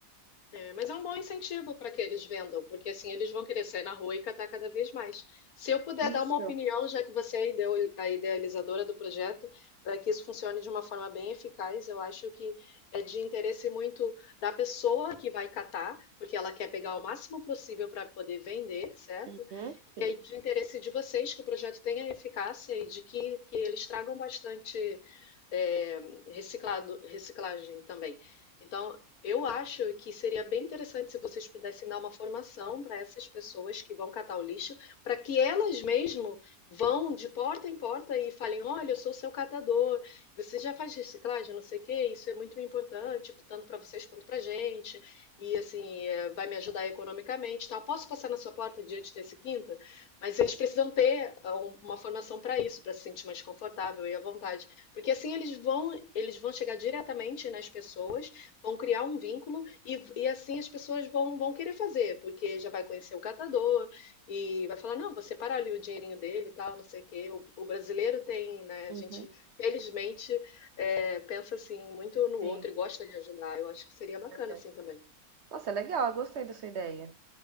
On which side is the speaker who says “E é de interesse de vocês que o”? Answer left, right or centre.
Left